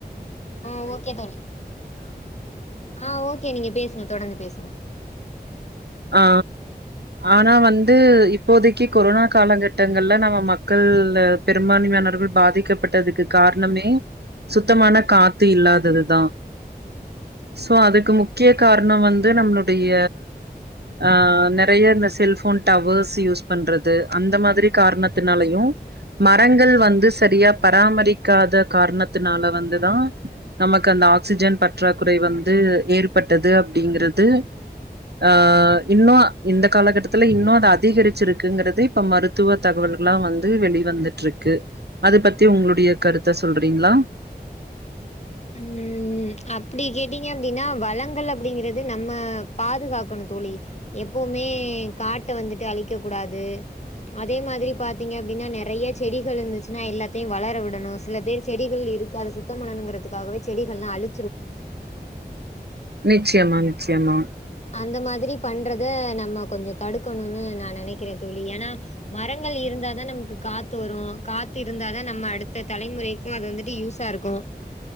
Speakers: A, on the left; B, on the right.
A: ஆ ஓகே தோழி ஆ ஓகே நீங்க பேசுங்க தொடந்து பேசுங்க
B: ஆ ஆனா வந்து இப்போதைக்கு கொரோனா காலகட்டங்கள்ல நம்ம மக்கள் பெரும்பான்மையானர்கள் பாதிக்கப்பட்டதுக்கு கார்ணமே சுத்தமான காத்து இல்லாததுதா சோ அதுக்கு முக்கிய கார்ணொ வந்து நம்ளுடைய ஆ நறைய இந்த செல்போன் டவர்ஸ் யூஸ் பண்றது அந்த மாதிரி காரணத்தினாலயு மரங்கள் வந்து சரியா பராமரிக்காத காரணத்தினால வந்துதா நமக்கு அந்த ஆக்சிஜன் பற்றாக்குறை வந்து ஏற்பட்டது அப்டிங்கறது ஆ இன்னு இந்த காலகட்டத்துல இன்னு அத அதிகரிச்சுருக்குங்கறது இப்ப மருத்துவ தகவல்களா வந்து வெளிவந்துட்ருக்கு அது பத்தி உங்ளுடைய கருத்த சொல்றீங்ளா
A: ம் அப்டி கேட்டீங்க அப்டின்னா வளங்கலப் அப்டிங்கறது நம்ம பாதுகாக்கணு தோழி எப்பவுமே காட்ட வந்துட்டு அழிக்க கூடாது அதே மாதிரி பாத்தீங்க அப்டின்னா நெறைய செடிகள் இருந்துச்சுன்னா எல்லாத்தயு வளர விடணு சில பேர் செடிகள் இருக்கு அத சுத்தொ பண்ணனுங்கறதுக் காகவே செடிகள்லா அழு
B: நிச்சியமா நிச் சியமா
A: அந்த மாதிரி பண்றத நம்ம கொஞ்சொ தடுக்கணூனு நா நனைக்குறே தோழி ஏனா மரங்கள் இருந்தாதா நமக்கு காத்து வரும் காத்து இருந்தாதா நம்ம அடுத்த தலைமுறைக்கும் அது வந்துட்டு யூஸா இருக்கும்